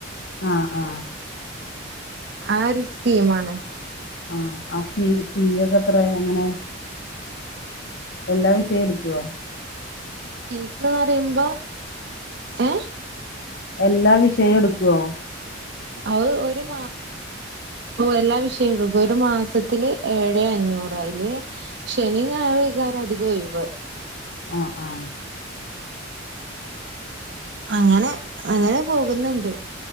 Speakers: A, on the left; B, on the right.
A: ആ ആ
B: ആരുസ്റ്റിമാണ്
A: ആഹ ആ ഫി ഫീ ഒക്കെ എത്ര എങ്ങനെ? എല്ലാ വിഷയം എടുക്കുവ?
B: ഫീസ്ന്ന് പറയുമ്പോ ഏ
A: എല്ലാ വിഷയം എടുക്കുവോ?
B: അവ ഒരു മാ ഓ എല്ലാ വിഷയ ഒരു മാസത്തില് ഏഴേ അഞ്ഞൂറാ ആയില് ശനി ഞായ കാരം അധികം ഒഴിവ്
A: ആഹ് ആഹ്
B: അങ്ങനെ അങ്ങനെ പോകുന്നുണ്ട്.